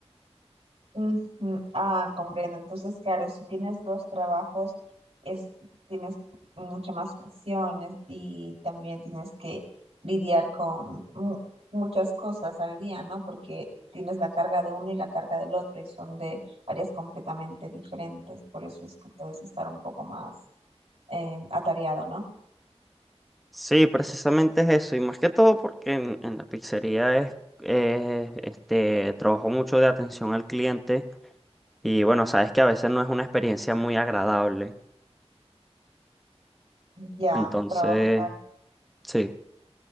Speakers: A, on the right; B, in the centre.
A: Ujú, Ah, comprendo. Entonces, claro, si tienes dos trabajos, es, tienes mucha más presiones y también tienes que lidiar con mu- muchas cosas al día, ¿no? Porque tienes la carga de uno y la carga del otro y son de áreas completamente diferentes. Por eso es que puedes estar un poco más eh, atareado, ¿no?
B: Sí, precisamente es eso, y más que todo porque en, en la pizzería es, eh, este, trabajo mucho de atención al cliente y bueno, sabes que a veces no es una experiencia muy agradable,
A: Ya,
B: entonces,
A: trabajar.
B: sí,